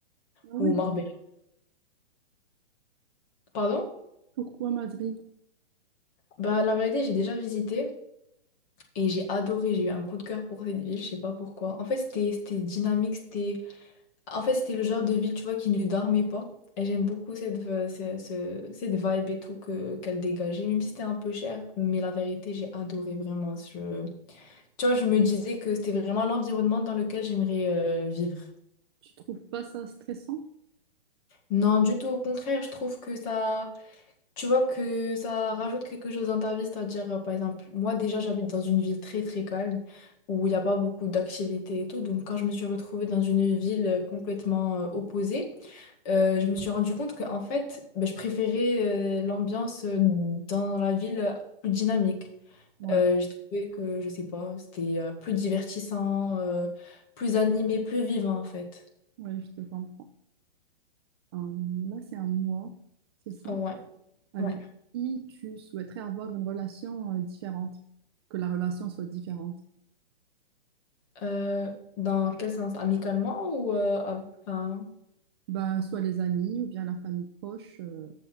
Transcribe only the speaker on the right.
Ah oui.
Pourquoi Madrid?
Tu trouves pas ça stressant?
Ouais,
ouais, je te comprends. Euh, là, c'est un mois, c'est ça?
Avec
qui tu souhaiterais avoir une relation euh, différente, que la relation soit différente?
Ben, soit les amis ou bien la famille proche, euh,